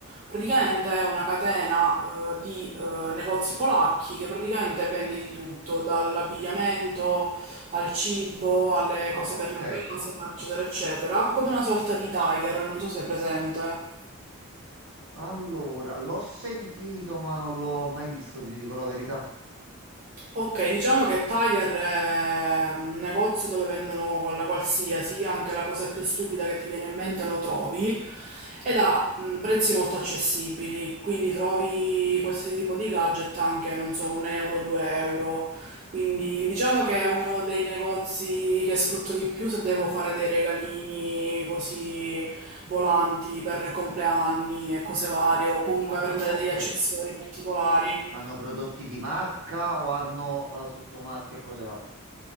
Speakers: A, on the right (about 35°); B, on the right (about 65°).
A: Praticamente è una catena eh, di eh, negozi polacchi che praticamente vende di tutto, dall'abbigliamento al cibo, alle
B: Ah,
A: cose per
B: ok.
A: la casa, eccetera, eccetera, come una sorta di Tiger, non so se è presente.
B: Allora, l'ho sentito, ma non l'ho mai visto, ti dico la verità.
A: Ok, diciamo che Tiger è un negozio dove vendono la qualsiasi, anche la cosa più stupida che ti viene in mente lo trovi ed ha mh, prezzi molto accessibili, quindi trovi qualsiasi tipo di gadget anche, non so, un euro, due euro. Quindi diciamo che è uno dei negozi che sfrutto di più se devo fare dei regalini così volanti per compleanni e cose varie o comunque prendere
B: Ah, ok.
A: degli accessori particolari.
B: Ma hanno prodotti di marca o hanno eh, sottomarche e cose varie?